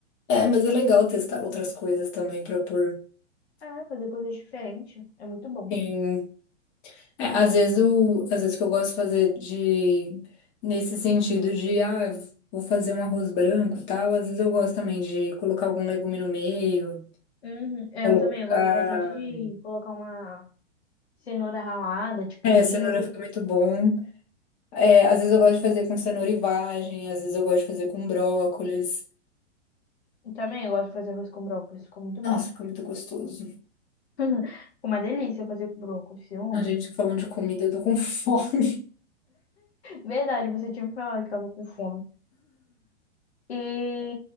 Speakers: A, on the left; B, on the left.
A: é, mas é legal testar outras coisas também pra pôr.
B: É, fazer coisas diferentes é muito bom.
A: em- É, às vezes o, às vezes o que eu gosto de fazer de nesse sentido de ah, vou fazer um arroz branco e tal, às vezes eu gosto também de colocar algum legume no meio,
B: Uhum. É,
A: colocar,
B: eu também, eu gosto bastante de colocar uma cenoura ralada, tipo
A: é,
B: milho.
A: cenoura fica muito bom. É, às vezes eu gosto de fazer com cenoura e vagem, às vezes eu gosto de fazer com brócolis.
B: Eu também, eu gosto de fazer arroz com brócolis, fica muito bom.
A: Nossa, fica muito gostoso.
B: <laughs> Fica uma delícia fazer com brócolis, eu amo.
A: A gente falando de comida, eu tô com <laughs> fome.
B: Verdade, você tinha me falado que tava com fome. E